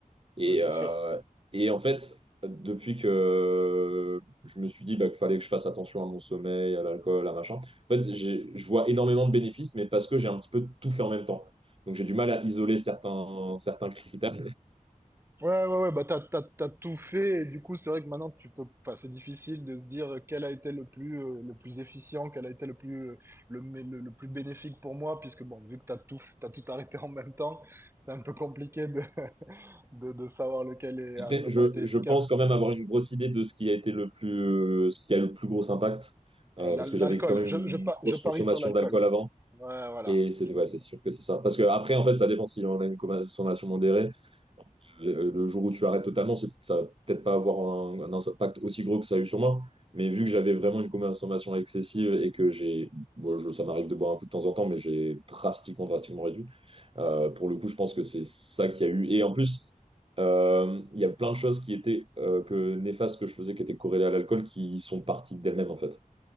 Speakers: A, on the right (about 40°); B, on the right (about 15°).
A: et
B: Oui, bien
A: euh,
B: sûr.
A: et en fait depuis que je me suis dit bah, qu'il fallait que je fasse attention à mon sommeil à l'alcool à machin en fait j'ai- je vois énormément de bénéfices mais parce que j'ai un petit peu tout fait en même temps donc j'ai du mal à isoler certains certains critères
B: Ouais, ouais, ouais, bah t'as, t'as, t'as tout fait, et du coup, c'est vrai que maintenant, tu peux, enfin, c'est difficile de se dire quel a été le plus, euh, le plus efficient, quel a été le plus, euh, le, mé- le, le plus bénéfique pour moi, puisque bon, vu que t'as tout, f- t'as tout arrêté en même temps, c'est un peu compliqué de, <laughs> de, de savoir lequel est- a
A: Après,
B: vraiment
A: Je,
B: été efficace.
A: je pense quand même avoir une grosse idée de ce qui a été le plus, euh, ce qui a le plus gros impact, euh,
B: Ouais, l'al-
A: parce que
B: l'alcool,
A: j'avais quand même
B: je,
A: une
B: je, pa-
A: grosse
B: je parie
A: consommation
B: sur l'alcool.
A: d'alcool avant,
B: Ouais, voilà.
A: et c'est
B: J'en
A: ouais,
B: ai-
A: c'est sûr que c'est ça. Parce que après, en fait, ça dépend si on a une consommation modérée. euh, Le jour où tu arrêtes totalement, c'est- ça va peut-être pas avoir un, un impact aussi gros que ça a eu sur moi. Mais vu que j'avais vraiment une consommation excessive et que j'ai, bon, je- ça m'arrive de boire un coup de temps en temps, mais j'ai drastiquement, drastiquement réduit. Euh, pour le coup, je pense que c'est ça qu'il y a eu. Et en plus, euh, il y a plein de choses qui étaient euh, que néfastes que je faisais, qui étaient corrélées à l'alcool, qui sont parties d'elles-mêmes, en fait.